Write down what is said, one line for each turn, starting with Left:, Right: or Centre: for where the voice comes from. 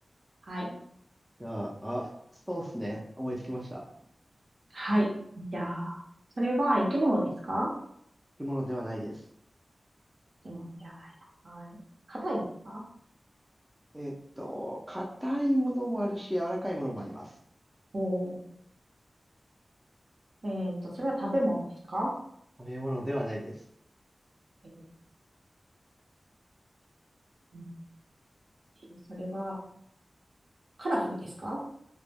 Right: はい、
Centre: じゃあ、あ、そうっすね。思いつきました。
Right: はい。じゃあ、それは生き物ですか
Centre: 着物ではないです。
Right: 生き物ではないな。はい。硬いですか
Centre: えっと、硬いものもあるし、柔らかいものもあります。
Right: おー。えっと、それは食べ物ですか
Centre: 食べ物ではないです。
Right: 食べ物うんえーそれはカラフルですか